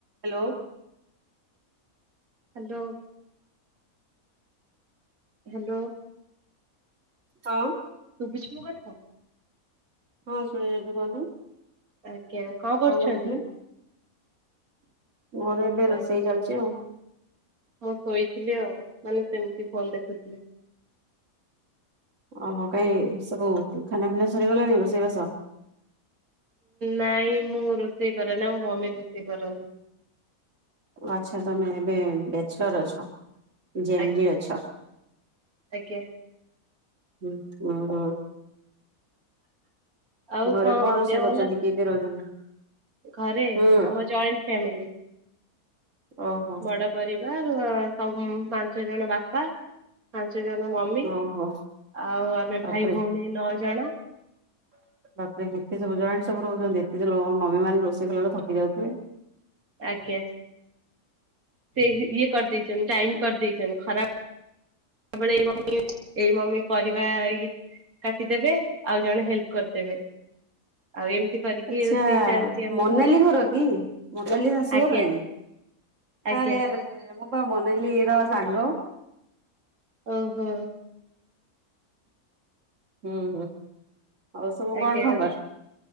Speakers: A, on the right (about 55°); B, on the right (about 75°).
A: ହାଲୋ।
B: ହାଲୋ। ହାଲୋ।
A: ହଁ।
B: ଶୁଭୂଚି ମୋ କଥା?
A: ହଁ ଶୁଣା ଯାଉଛୁ କୁହନ୍ତୁ।
B: ଆଜ୍ଞା କରୁଛନ୍ତି?
A: କଣ କରୁଥିଲେ? ମୋର ଏବେ ରୋଷେଇ ଚାଲିଛି ଆଉ।
B: ମୁଁ ଶୋଇଥିଲି ଆଉ ମାନେ ସେମିତି ଫୋନ ଦେଖୁଥିଲି।
A: ଓହୋ କାହିଁ ସବୁ ଖାନା ପିନା ସରିଗଲାଣି ରୋଷେଇବାସ?
B: ନାଇଁ ମୁଁ ରୋଷେଇ କରେ ନା ମୋ ମମି ରୋଷେଇ କରନ୍ତି।
A: ଆଚ୍ଛା ତମେ ଏବେ ବେଚଲର ଅଛ। ଜେନରି
B: ଆଜ୍ଞା
A: ଅଛ।
B: ଆଜ୍ଞା
A: ହଁ ହଁ ହଁ।
B: ଆଉ
A: ଘରେ କଣ ରୋଷେଇ
B: ଦେହ ଭଲ
A: କରୁଛନ୍ତି
B: ଅଛି
A: କିଏ
B: ନା?
A: କିଏ ରହୁଛନ୍ତି?
B: ଘରେ
A: ହୁଁ
B: ଆମର ଜଏଣ୍ଟ ଫ୍ୟାମିଲି।
A: ଓହୋ
B: ବଡ ପରିବାର ସମ ପାଞ୍ଚ ଜଣ ବାପା। ପାଞ୍ଚ ଜଣ ମମି
A: ଓହୋ
B: ଆଉ ଆମେ
A: ବାପରେ
B: ଭାଇ, ଭଉଣୀ ନଅ ଜଣ।
A: ବାପରେ ଏତେ ସବୁ ଜଏଣ୍ଟ ସବୁ ରହୁଛନ୍ତି ଏତେ <unintelligible> ମମି ମାନେ ରୋଷେଇ କଲା ବେଳେ ଥକି ଯାଉଥିବେ।
B: ଆଜ୍ଞା। ସେ ଇଏ କରିଦେଇଛନ୍ତି ଟାଇମ କରିଦେଇଛନ୍ତି ଖରା ଖରାବେଳେ ଏଇ ମମି ଏଇ ମମି ପରିବା ଇଏ। କାଟିଦେବେ ଆଉ ଜଣେ ହେଲ୍ପ କରିଦେବେ। ଆଉ ଏମିତି କରିକି
A: ଆଚ୍ଛା।
B: ରୋଷେଇ ଚାଲିଛି ଆମର
A: ମୋନାଲି
B: ଆଉ
A: ଘର କି ମୋନାଲି ଶାଶୁ
B: ଆଜ୍ଞା
A: ଘର କି?
B: ଆଜ୍ଞା
A: ଆରେ ଆରେ ଆରେ ମୁଁ ପା ମୋନାଲିର ସାଙ୍ଗ।
B: ଓହୋ
A: ହୁଁ ହୁଁ। ଆଉ ସବୁ
B: ଆଜ୍ଞା
A: କଣ ଖବର?